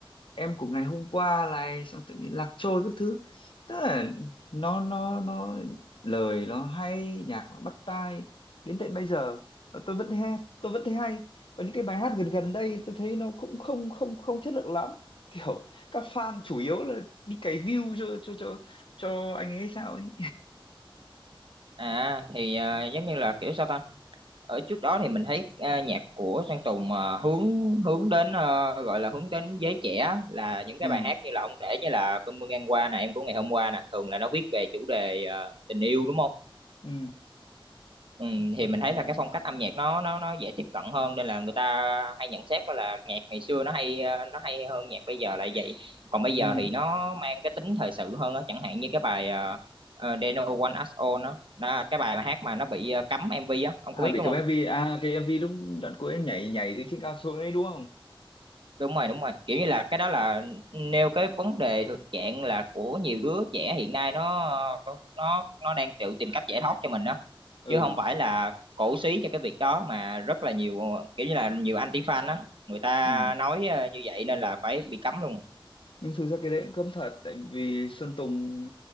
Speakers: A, on the left (about 65°); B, on the right (about 65°).
A: em của ngày hôm qua này xong tự nhiên lạc trôi các thứ tức là nó nó nó lời nó hay nhạc nó bắt tai đến tận bây giờ mà tôi vẫn thấy hay, tôi vẫn thấy hay và những cái bài hát gần gần đây tôi thấy nó cũng không không không chất lượng lắm kiểu các fan chủ yếu là đi cày view cho cho cho cho anh ấy sao ấy
B: à thì ờ, giống như là kiểu sao ta ở trước đó thì mình thấy ờ, nhạc của Sơn Tùng ờ, hướng hướng đến ờ, gọi là hướng đến giới trẻ là những
A: ừ
B: cái bài hát như là ông kể như là cơn mưa ngang qua nè em của ngày hôm qua nè thường là nó viết về chủ đề ờ, tình yêu đúng không
A: ừ
B: ừ, thì mình thấy là cái phong cách âm nhạc nó nó nó dễ tiếp cận hơn nên là người ta hay nhận xét đó là nhạc ngày xưa nó hay ờ, nó hay hơn nhạc bây giờ là vậy còn bây giờ
A: ừ
B: thì nó mang cái tính thời sự hơn á chẳng hạn như cái bài uh, They Know One Us All đó, đó cái bài mà hát mà nó bị ờ, cấm MV á ông
A: à
B: có biết
A: bị
B: đúng
A: cầm
B: không
A: MV à cái MV lúc đoạn cuối nhảy nhảy từ trên cao xuống ấy đúng không
B: đúng rồi đúng rồi kiểu như là cái đó là nêu cái vấn đề thực trạng là của nhiều đứa trẻ hiện nay nó nó nó đang tự tìm cách giải thoát cho mình đó
A: ừ
B: chứ không phải là cổ súy cho cái việc đó mà rất là nhiều kiểu như là nhiều anti fan đó người ta
A: ừ
B: nói ờ, như vậy nên là phải bị cấm luôn
A: nhưng thực ra cái đấy cũng cấm thật tại vì Sơn Tùng